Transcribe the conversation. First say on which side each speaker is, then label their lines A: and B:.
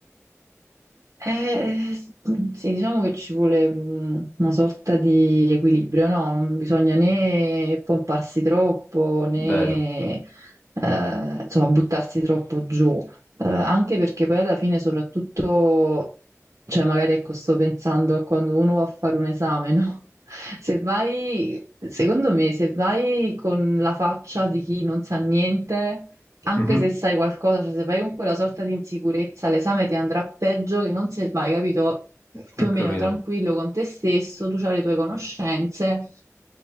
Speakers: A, on the right; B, on the left.
A: Eh, eh, sì, diciamo che ci vuole mh, una sorta di equilibrio, no? Non bisogna né pomparsi troppo né
B: Vero.
A: eh, insomma, buttarsi troppo giù, Eh, anche perché poi alla fine, soprattutto, cioè magari ecco, sto pensando a quando uno va a fare un esame, no? <laughs> Se vai, secondo me, se vai con la faccia di chi non sa niente anche
B: Mhm,
A: se sai qualcosa, cioè se vai con quella sorta di insicurezza, l'esame ti andrà peggio che non se vai, capito? Più
B: Ho
A: o
B: capito.
A: meno tranquillo con te stesso, tu hai le tue conoscenze